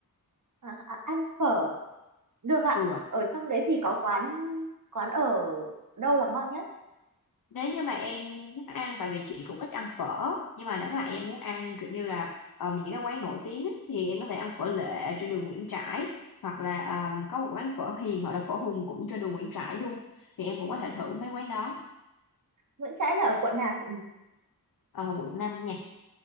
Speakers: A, on the right; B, on the left.
A: à, à, ăn phở được ạ
B: ừ
A: ở trong đấy thì có quán quán ở đâu là ngon nhất
B: nếu như mà em muốn ăn tại vì chị cũng ít ăn phở nhưng mà nếu mà em muốn ăn kiểu như là ờ, những cái quán nổi tiếng á, thì em có thể ăn phở Lệ trên đường Nguyễn Trãi hoặc là ờ, có một quán phở Hiền hoặc là phở Hùng cũng trên đường Nguyễn Trãi luôn thì em cũng có thể thử mấy quán đó
A: Nguyễn Trãi là ở quận nào chị nhỉ
B: Ờ, quận 5 nha